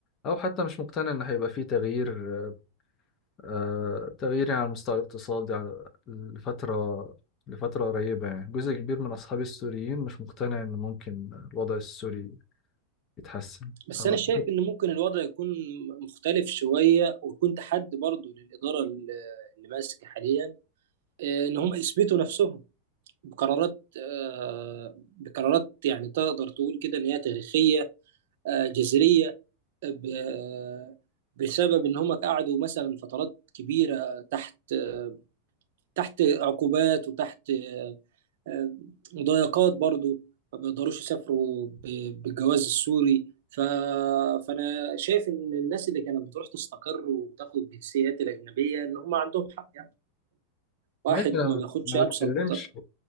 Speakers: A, on the left (about 35°); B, on the right (about 55°).
A: أو حتى مش مقتنع إن هيبقى فيه تغيير آه، آه، تغيير يعني على المستوى الاقتصادي على- لفترة لفترة قريبة يعني جزء كبير من أصحابي السوريين مش مقتنع إن ممكن الوضع السوري يتحسن
B: بس
A: فأعتقد-
B: انا شايف ان ممكن الوضع يكون مختلف شويه ويكون تحدي برضه للاداره اللي اللي ماسكه حاليا آه، ان هم يثبتوا نفسهم بقرارات آه، بقرارات يعني تقدر تقول كده ان هي تاريخيه آه، جذريه آه، ب- آه، بسبب ان هم قعدوا مثلا فترات كبيره تحت آه، تحت عقوبات وتحت آه، آه، مضايقات برضو ما بيقدروش يسافروا ب- بالجواز السوري ف... فانا شايف ان الناس اللي كانت بتروح تستقر وتاخد الجنسيات الاجنبيه ان هم عندهم حق يعني واحد
A: ماشي أنا
B: ما
A: بت-
B: بياخدش
A: ما
B: ابسط
A: بتكلمش